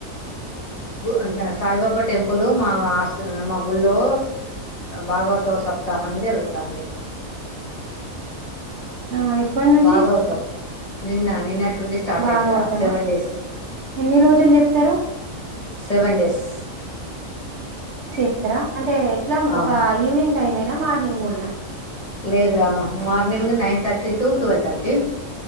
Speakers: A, on the left (about 45°); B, on the right (about 65°).
A: అంటె సాయిబాబా టెంపుల్ మా మా గుల్లో భాగవత సప్తాహాన్ని జరుగుతంది
B: ఆ ఎప్పటి నుంచి
A: భాగవతాం నిన్న నిన్నట్టుండి స్టార్ట్
B: బాగా
A: అయిందిరా
B: అవుతామా?
A: సెవెన్ డేస్
B: ఎన్ని రోజులు జెప్తరు?
A: సెవెన్ డేస్
B: పూతార అంటే ఎట్లా
A: అవును
B: ఒక ఈవెనింగ్ టైం మార్నింగ్ కున్నా
A: లేదురా morning nine thirty to twelve thirty